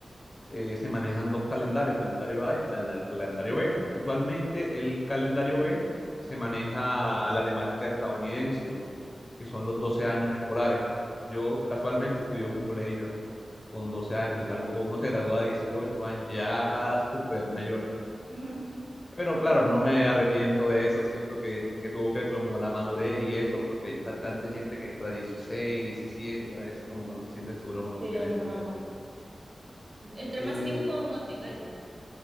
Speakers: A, on the left (about 30°); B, on the right (about 30°).
A: eh, se manejan dos calendarios, el calendario A y el calenda- el calendario B. Usualmente el calendario B se maneja la temática estadounidense, que son los 12 años escolares. Yo casualmente estudié en un colegio con 12 años, algo, uno se gradúa a 18 años, ya súper mayor.
B: Ujú.
A: Pero claro, no me arrepiento de eso, siento que, que tuvo que como la madurez y eso, porque hay bastante gente que entra a 16, 17 y a veces como que no se sienten seguros con lo
B: Sí,
A: que quieren
B: no.
A: estudiar.
B: Entre
A: Eh,
B: más tiempo uno tenga, es mejor.